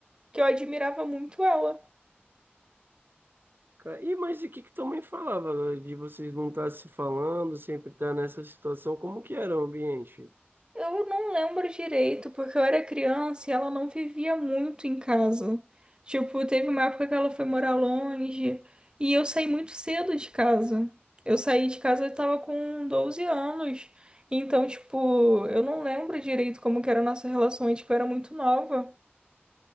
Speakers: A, on the right; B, on the right.
A: que eu admirava muito ela.
B: ca- E mas e que que tua mãe falava né, de vocês não estar se falando, sempre estar nessa situação? Como que era o ambiente?
A: Eu não lembro direito, porque eu era criança e ela não vivia muito em casa. Tipo, teve uma época que ela foi morar longe e eu saí muito cedo de casa. Eu saí de casa, eu tava com 12 anos. Então, tipo, eu não lembro direito como que era a nossa relação, e, tipo, eu era muito nova.